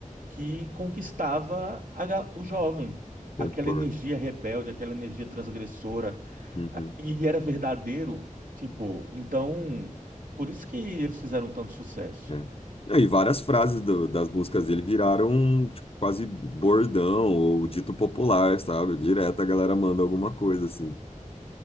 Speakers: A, on the right; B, on the left.
A: que conquistava a ga- o jovem.
B: concordo.
A: Aquela energia rebelde, aquela energia transgressora,
B: Uhum,
A: a- e era verdadeiro, tipo, então, por isso que eles fizeram tanto sucesso.
B: é. Não, E várias frases do- das músicas dele viraram tipo, quase bordão ou dito popular, sabe? Direto a galera manda alguma coisa assim.